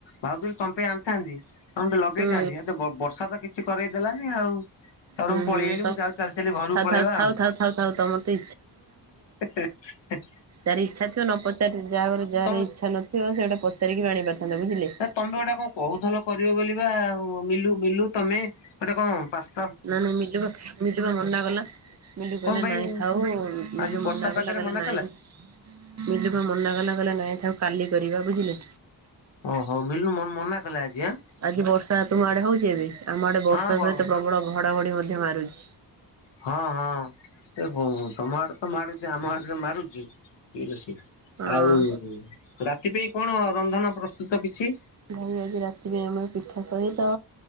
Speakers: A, on the left (about 85°); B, on the right (about 40°).
A: ଭାବୁଥିଲି ତମ ପାଇଁ ଆଣିଥାନ୍ତି ଫୋନ୍ ଟେ ଲଗେଇଥାନ୍ତି
B: ହୁଁ
A: ଏ ତ ବ ବର୍ଷା ତ କିଛି କରେଇ ଦେଲାନି ଆଉ। ତର
B: ହୁଁ
A: ମୁଁ ପଳେଇ
B: ହୁଁ
A: ଆଇଲି
B: ତ
A: ମୁଁ ଚାଲି ଚାଲି ଘରକୁ
B: ଥାଉ
A: ପଳେଇବା
B: ଥାଉ ଥାଉ
A: ଆଉ।
B: ଥାଉ ଥାଉ ଥାଉ ତମର ତ
A: ହେଁ -ହେଁ -ହେଁ। ହେ।
B: ଯାର ଇଚ୍ଛା ଥିବ ନ ପଚାରି ଯା ଯାହାର
A: ତମ
B: ଇଚ୍ଛା ନଥିବ ସେ ଗୋଟା ନପଚାରିକି ଆଣି ପାରିଥାନ୍ତେ ବୁଝିଲେ।
A: ଆ ତମେ ପା ଗୋଟେ କଣ କହୁଥିଲ କରିବ ବୋଲି ବା ମିଲୁ ମିଲୁ ତମେ ଗୋଟେ କଣ୍ ପା
B: ନା ନାଇଁ ମିଲୁ ମିଲୁ ବା ମନାକଲା। ମିଲୁ
A: କଣ
B: କହିଲେ
A: ପାଇଁ
B: ନାଇଁ ଥାଉ ମିଲୁ
A: ଆଜି ବର୍ଷା
B: ମନା
A: ପାଗରେ
B: କଲା କହିଲା
A: ମନା
B: ନାଇଁ ମିଲୁ ପା ମନା କଲା କହିଲା ନାଇଁ ଥାଉ କାଲି କରିବା ବୁଝିଲେ।
A: ଓହୋ ମିଲୁ ମ ମନା କଲା ଆଜି ଆଁ
B: ଆଜି ବର୍ଷା ତୁମ ଆଡେ ହଉଚି ଏବେ ଆମ ଆଡେ ବର୍ଷା
A: ହଁ ବ
B: ସହିତ ପ୍ରବଳ ଘଡଘଡି ମଧ୍ୟ ମାରୁଚି।
A: ହଁ ହଁ ତମ ଆଡେ ତ ମାରୁଚି ଆମ ଆଡେ ଯଉ ମାରୁଚି ଟିକେ ବେଶୀ।
B: ହଁ।
A: ଆଉ ରାତି ପାଇଁ କଣ ରନ୍ଧନ ପ୍ରସ୍ତୁତ କିଛି?
B: ଭାଇ ଆଜି ରାତିରେ ଆମର ପିଠା ସହିତ